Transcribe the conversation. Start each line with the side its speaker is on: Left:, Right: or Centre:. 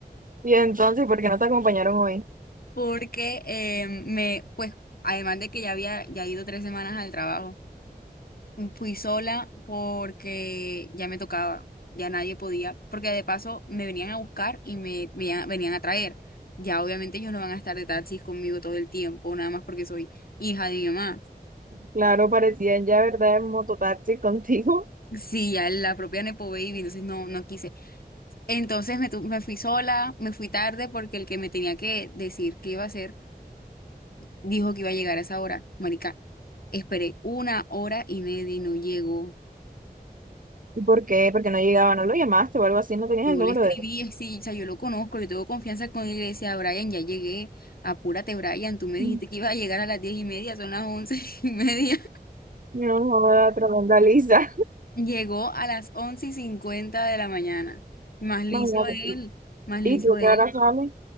Right: Y entonces, ¿por qué no te acompañaron hoy?
Left: Porque eh, me, pues, además de que ya había ya ido tres semanas al trabajo. Fui sola porque ya me tocaba, ya nadie podía, porque de paso me venían a buscar y me, me ya- venían a traer. Ya obviamente ellos no van a estar de taxis conmigo todo el tiempo, nada más porque soy hija de mi mamá.
Right: Claro, parecían ya, ¿verdad?, en mototaxi <laughs> contigo.
Left: Sí, ya la propia Nepo Baby, entonces no, no quise. Entonces me, tu- me fui sola, me fui tarde porque el que me tenía que decir qué iba a hacer dijo que iba a llegar a esa hora. Marica, esperé una hora y media y no llegó.
Right: ¿Y por qué? Porque no llegaba, no lo llamaste o algo así, no tenías
Left: Yo
Right: el número
Left: le escribí,
Right: de
Left: así, o sea, yo lo conozco, yo tengo confianza con él, y le decía, Brian, ya llegué, apúrate, Brian, tú me dijiste
Right: él.
Left: que ibas a llegar a las diez y media, son las once <laughs> y media.
Right: No, joda, tremenda lisa.
Left: Llegó a las once y cincuenta de la mañana. Más
Right: <laughs>
Left: liso
Right: Imagínate.
Left: él, más liso
Right: ¿Y tú
Left: él.
Right: qué hora sales?